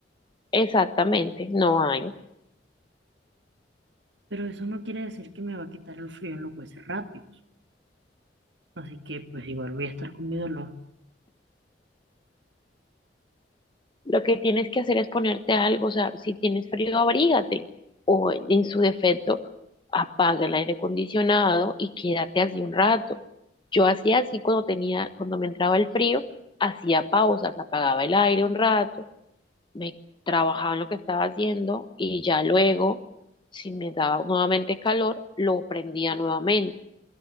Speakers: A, on the left; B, on the right.
A: exactamente, no hay.
B: Pero eso no quiere decir que me va a quitar el frío en los huesos rápidos. Así que pues igual voy a estar con mi dolor.
A: Lo que tienes que hacer es ponerte algo, o sea, si tienes frío, abrígate o en su defecto, apaga el aire acondicionado y quédate así un rato. Yo hacía así cuando tenía, cuando me entraba el frío, hacía pausas, apagaba el aire un rato, me trabajaba en lo que estaba haciendo y ya luego, si me daba nuevamente calor, lo prendía nuevamente.